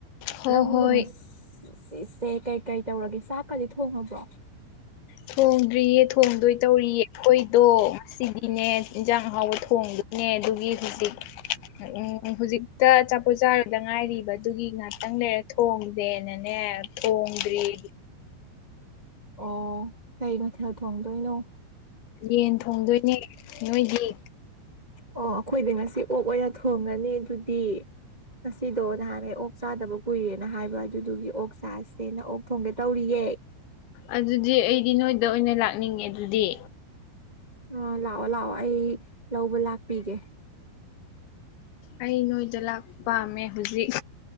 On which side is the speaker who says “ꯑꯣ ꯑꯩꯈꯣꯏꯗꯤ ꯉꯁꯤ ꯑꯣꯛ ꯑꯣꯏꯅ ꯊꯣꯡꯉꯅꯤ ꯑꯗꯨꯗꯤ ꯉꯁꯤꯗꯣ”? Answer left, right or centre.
Right